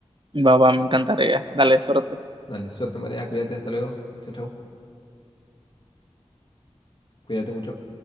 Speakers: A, on the right; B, on the left.
A: Va, va, me encantaría. Dale, suerte.
B: Dale, suerte, María, cuídate, hasta luego. Chau, chau. Cuídate mucho.